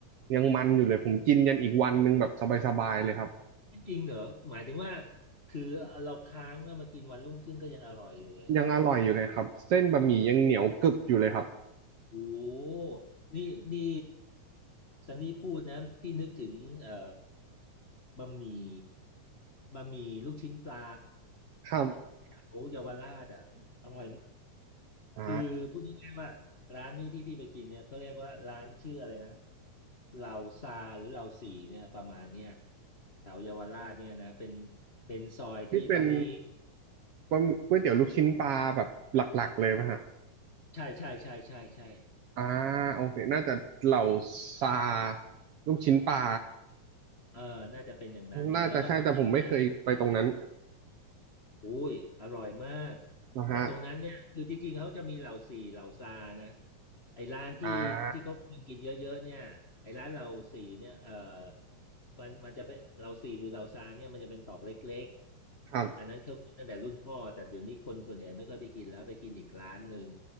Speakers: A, on the right; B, on the left.
A: ยังมันอยู่เลยผมกินยันอีกวันหนึงแบบสบายๆเลยครับ
B: จริงเหรอหมายถึงว่าคือเราค้างแล้วมากินวันรุ่งขึ้นก็ยังอร่อยอยู่เลย
A: ยังอร่อยอยู่เลยครับเส้นบะหมี่ยังเหนียวกรึบอยู่เลยครับ
B: โอ้นี่นี่ซันนี่พูดนะพี่นึกถึงเอ่อบะหมี่บะหมี่ลูกชิ้นปลา
A: ครับ
B: แถวเยาวราชอ่ะอร่อยมาก
A: <coughs> อ่า
B: คือพูดง่ายๆว่าร้านนี้ที่พี่ไปกินเนี่ยเขาเรียกว่าร้านชื่ออะไรนะเหล่าซาหรือเหล่าสี่เนี่ยประมาณเนี้ยแถวเยาวราชเนี่ยนะเป็นเป็นซอยที่ตอนนี้
A: นี่เป็นบะหมี่ก๋วยเตี๋ยวลูกชิ้นปลาแบบหลักๆเลยไหมฮะ
B: ใช่ใช่ใช่ใช่ใช่
A: อ่าโอเคน่าจะเหล่าซาลูกชิ้นปลา
B: เออน่าจะเป็นอย่างนั้นนะแล้วก็ตรงนั้นเนี่ย
A: น่าจะใช่แต่ผมไม่เคยไปตรงนั้น
B: อุ้ยอร่อยมาก
A: นะฮะ
B: แต่ตรงนั้นเนี่ยคือจริงๆเขาจะมีเหล่าสี่เหล่าซานะไอ้ร้านที่ที่เขากินกินเยอะๆเนี่ยไอ้ร้านเหล่าสี่เนี่ยเออ
A: อ่า
B: มันมันจะเป็นเหล่าสี่หรือเหล่าซาเนี่ยมันจะเป็นตอกเล็กๆอันนั้นเขาตั้งแต่รุ่นพ่อแต่เดี๋ยวนี้คนส่วนใหญ่ไม่ค่อยไปกินแล้วไปกินอีกร้านหนึ่ง
A: ครับ